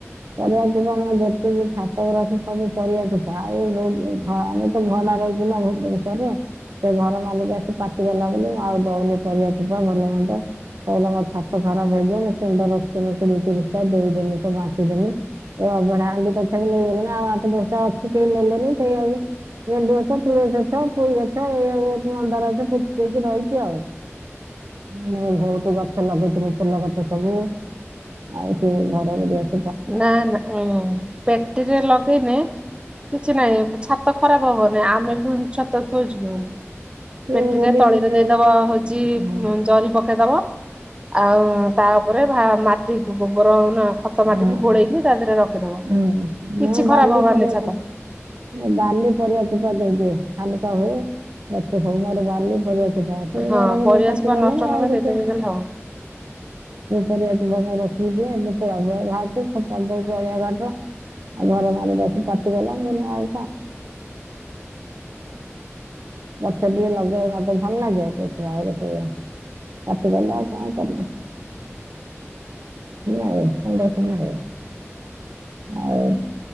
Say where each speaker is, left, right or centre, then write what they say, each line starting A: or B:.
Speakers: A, on the right; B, on the right.
A: ପରିବା ଚୋପା ମୁଁ ଯେତିକି ଛା ତାକୁ ରଖେ ସବୁ ପରିବା ଚୋପା ଏ ବୋ ହଁ ଆମେ ତ ଭଡ଼ା ରହିଚୁ ନାଁ ଭୁବେନଶୋରରେ। ସେ ଘର ମାଲିକ ଆସି ପାଟିକଲା ବୋଲି ମୁଁ ଆଉ ଦଉନି ପରିବା ଭଲ ମନ୍ଦ। କହିଲା ମୋ ଛାତ ଖରାପ ହେଇଯିବ ମୁଁ କୁଣ୍ଡ ରଖିଥିନି କୋଡ଼ିଏ ତିରିଶଟା ଦେଇଦେନି ସବୁ ବାଣ୍ଟିଦେନି। ଏ ଅଭଡ଼ା ହାଣ୍ଡି ତଥାପି ନେଇଗଲେଣି ଆଉ ଆଠ ଦଶଟା ଅଛି କେହି ନେଲେନି ସେଇଆକୁ ଗେଣ୍ଡୁ ଗଛ ତୁଳସୀ ଅଛ ପୋଇ ଅଛ ଏଇଆକୁ ତି ମନ୍ଦାର ଅଛ ପୋତିଦେଇଚି ରହିଚି ଆଉ। ନାମ ନୋଉ ହଉ ତୁ ଗଛ ଲଗେଇଥିଲୁ ଫୁଲ ଗଛ ସବୁ ଆଉ ସେ ଘର ଗରିଆ
B: ନାଁ ନାଁ ଉଁ ପେଟିରେ ଲଗେଇନେ କିଛି ନାହିଁ ପ ଛାତ ଖରାପ ହବନେଇ ଆମେ ଫୁଣି ଛାତରେ ଥୋଇଚୁ କେମିତି?
A: ସେ
B: ପେଟିରେ
A: ବୋଲି
B: ତଳିରେ
A: ବୁଝିଗଲେ
B: ଦେଇଦବା ହଉଛି
A: ହଁ
B: ଜରି ପକ ଦବ ଆଉ ତା ଉପରେ ମାଟି ଗୋବର ନା ଖତ ମାଟିକି
A: ହଁ
B: ଗୋଳେଇକି ତା ଦେହରେ ରଖିଦବ
A: ହୁଁ ମୁଁ
B: କିଛି
A: ବାଲି
B: ଖରାପ ହବାରନାହିଁ
A: ପରିବା
B: ଛାତ
A: ଚୋପା ବାଲି ପରିବାଚୋପା ଦେଇଦିଏ ହାଲୁକା ହୁଏ ଗଛ ସବୁ ବାଲି ପରିବା ଘର ଟିକେ
B: ହଁ ପରିବା
A: ପାଟି
B: ଚୋପା
A: ପାରିଲ
B: ନଷ୍ଟ ନହବ
A: ଆଉ
B: ସେଇଥିପାଇଁ
A: ସବୁ
B: ଦେଲେ ହବ।
A: ପରିବା ରଖିଆ ଘାଟ ଅଳିଆ ଘାଟ ଆଉ ଘର ମାଲିକ ଆସି ପାଟିକଲା <unintelligible> ନହେଲେ ନାହିଁ। ଗଛ ଟିକଏ ଲଗେଇଲେ ମତେ ଭଲ ଲାଗେ ଦେଖିଲାବେଳକୁ ସେୟା ପାଟିଗଲା ଆଉ କଣ କରିବ ଆଉ <unintelligible> <unintelligible> ଆଉ